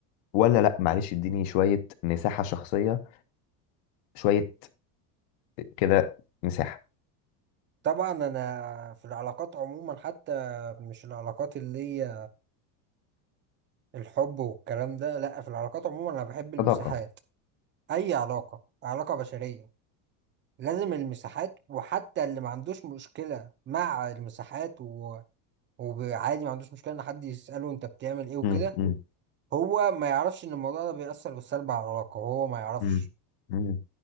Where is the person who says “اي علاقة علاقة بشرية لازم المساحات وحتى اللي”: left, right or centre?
Right